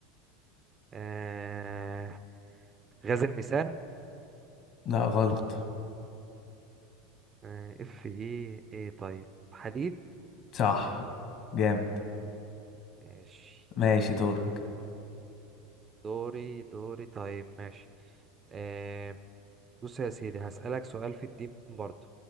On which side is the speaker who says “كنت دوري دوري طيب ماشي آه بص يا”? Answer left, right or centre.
Right